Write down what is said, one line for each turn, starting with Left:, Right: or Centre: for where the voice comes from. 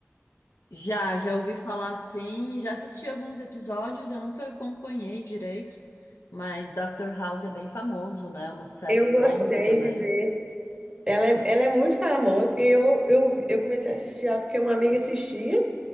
Left: Já, já ouvi falar assim, já assisti alguns episódios, eu nunca acompanhei direito, mas Dr. House é bem famoso, né? Uma série
Right: Eu gostei
Left: longa também.
Right: de ver. Ela é, ela é muito famosa. Eu, eu, eu comecei a assistir ela porque uma amiga assistia.